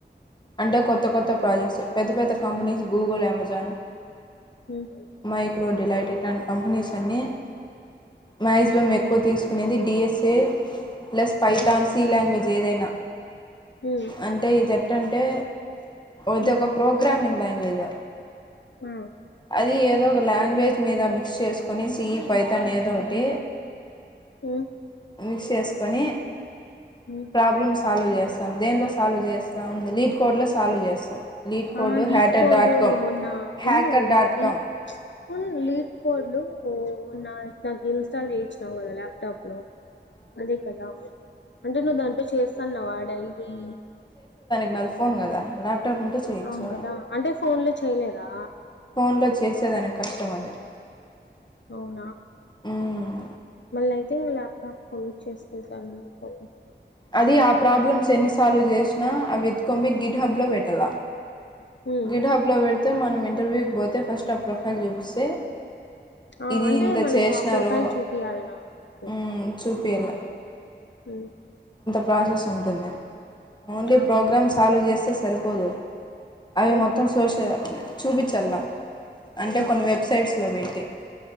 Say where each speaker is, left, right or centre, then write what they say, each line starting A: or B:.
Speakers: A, on the left; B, on the left.
A: అంటే కొత్త కొత్త ప్రాజెక్ట్స్ పెద్ద పెద్ద companies Google Amazon
B: hmm hmm
A: మైక్రోడెలైటిట్ అండ్ కంపెనీస్ అన్ని మాక్సిమం ఎక్కువ తీసుకునేది DSA plus Python
B: hmm
A: C language ఏదైనా
B: మ్మ్ మ్మ్
A: అంటే సెట్ అంటే ఇది
B: మ్మ్
A: ఒక ప్రోగ్రామింగ్ లాంగ్వేజ్
B: హ
A: అది ఏదో ఒక లాంగ్ వెజ్ మీద మిక్స్ చేసుకొని సిఈ పైతాన్ ఏదో ఒకటి
B: మ్మ్
A: మిక్స్ చేసుకొని
B: మ్మ్
A: ప్రాబ్లమ్ సాల్వ్ చేస్తాం దేంట్లో సాల్వ్ చేస్తాం లీడ్ కోడ్ లో సాల్వ్ చేస్తాం లీడ్ code
B: ఆ leet
A: hacker
B: code
A: dot com
B: మొన్న
A: హ్యాకర్
B: ఉండులోలీడ్
A: డాట్ కామ్
B: ఫుల్ లీడ్ కోడ్లు నాకు ఇన్స్టాల్ చేయిచ్చినావు కదా ల్యాప్టాప్ లో అదే కదా అంటే నువ్వు దాంట్లో చేస్తాన్నవా డైలీ
A: నది ఫోన్ కదా ల్యాప్టాప్ ఉంటే చేయచ్చు
B: అవును కదా అంటే ఫోన్ లో చేయలేదా
A: ఫోన్లో చేసేదానికి కష్టం అది
B: అవునా
A: మ్మ్.
B: మళ్ళీ అయితే ఇంగా ల్యాప్టాప్ కొనిచ్చేసుకుంటాను ఇంటికిపోతే
A: అది ఆ ప్రాబ్లమ్స్ ఎన్ని సాల్వ్ చేసినా అవి ఎత్తుకొని బోయ్ గిడ్ హబ్లో పెట్టాల
B: ఉమ్
A: గిడ్ హబ్లో పెడితే మనం ఇంటర్వ్యూకి పోతే ఫస్ట్ ఆ ప్రొఫైల్ చూపిస్తే
B: ఆ
A: ఇది
B: అంటే
A: ఇంత
B: మనము
A: చేసినారో
B: ఆ ప్రొఫైల్ చూపియాలనా ఓకే
A: ఉమ్ చూపియల్ల
B: ఉమ్
A: ప్రాసెస్ ఉంటుంది ఓన్లీ
B: ఆహా
A: ప్రోగ్రామ్ సాల్వ్ చేస్తే సరిపోదు అవి
B: ఉమ్
A: మొత్తం సోష చూపిచ్చాలా అంటే
B: ఆహా
A: కొన్ని వెబ్ సైట్స్ లో పెట్టి